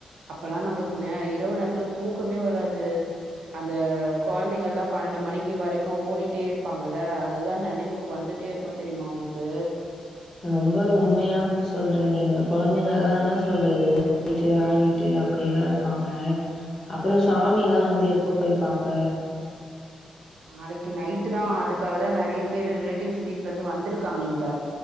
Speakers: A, on the right; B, on the left.
A: அப்பல்லா நம்மளுக்கு இரவு நேரத்துல தூக்கமே வராது அந்த கொழந்தைங்கள் எல்லா பன்னெண்டு மணிக்கு வரைக்கு ஓடிட்டே இருப்பாங்கள்ள அதுதா நெனைவுக்கு வந்துட் டே இருக்கு தெரியுமா உனக்கு
B: ரொம்ப உண்மையா சொல்ற நீனு கொழந்தைங்கல்லா என்ன சொல்றது ஓடிட்டு ஆடிட்டு அப்டி எல்லா இருப்பாங்க அப்பற சாமில்லா வந்து எப்ப போய் பாப்ப
A: நாளைக்கு நைட்டு் தா அதுக்காக தா நெறய பேர் ரிலேட்டிவ்ஸ் வீட்ல இருந்து வந்துருக்காங்க இங்க